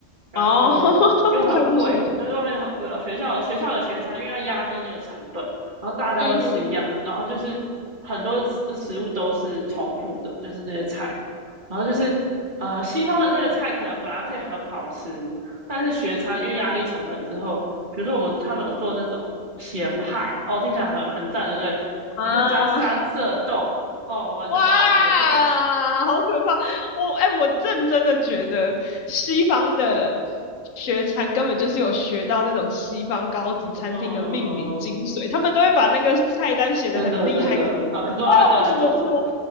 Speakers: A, on the right; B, on the left.
A: 然后又很贵，
B: 哦，<laughs> 它还是属于
A: 就是外面很贵。然后学校学校的学餐，因为要压低那个成本，然后大家都吃一样的，
B: 嗯
A: 然后就是很多的食物都是重复的，就是那些菜。然后就是呃，西方的这个菜可能本来可以很好吃，但是学餐因为压低成本之后，比如说我们他们有做那种咸派，哦，听起来很很赞的，对，
B: 哼，啊，
A: 里面加三色豆，哦，完全没办法接受，
B: 哇，好可怕！我哎、我认真的觉得西方的学餐根本就是有学到那种西方高级餐厅的命名精髓，
A: <laughs> 嗯。
B: 他们都会把那个菜单写得很厉害，
A: 真的真的，
B: 感觉哇，
A: 啊，不知道他到底在做什么。
B: 我什么什么